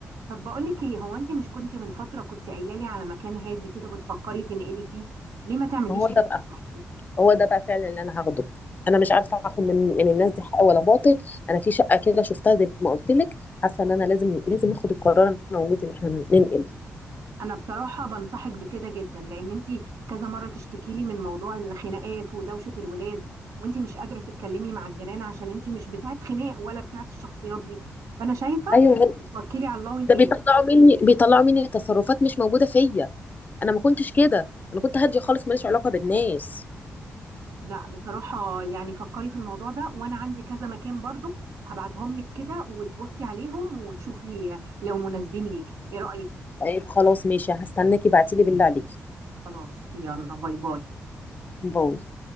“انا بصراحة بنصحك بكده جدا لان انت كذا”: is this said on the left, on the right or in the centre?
Right